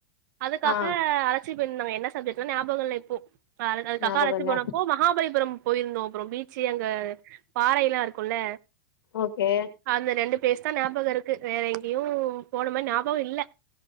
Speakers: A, on the right; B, on the left.
A: அதுக்காக
B: ஆ
A: அழ ச்சிட்டு பேயிருந்தாங்க என்ன சப்ஜெட்டுனு ஞாபகோ இல்ல இப்போ அத அதுக்காக
B: ஞாபகோ
A: அழச்சு
B: இல்ல
A: போனப்போ மகாபலிபுரம் போயிருந்தோ அப்றோ பீச்சு அங்க பாறை எல்லா இருக்குல்ல
B: ஓகே
A: அந்த ரெண்டு பிளேஸ் தா ஞாபகோ இருக்கு வேற எங்கியு போன மரி ஞாபகோ இல்ல